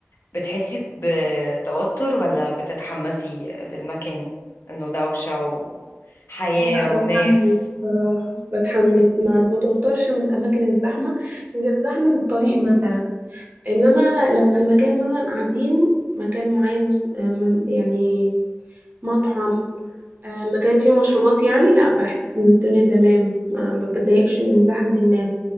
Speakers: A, on the left; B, on the right.
A: بتحسي بتوتر ولا بتتحمسي للمكان انه دوشة وحياة
B: لا بتحمس
A: وناس
B: بصراحة بتحمس ما بتوترش من الأماكن الزحمة غير زحمة الطريق مثلا انما
A: مم،
B: لو في مكان مثلا قاعدين مكان معين مس- آم، يعني مطعم آم، مكان فيه مشروبات يعني لا بحس ان الدنيا تمام ما ما بتضايقش من زحمة الناس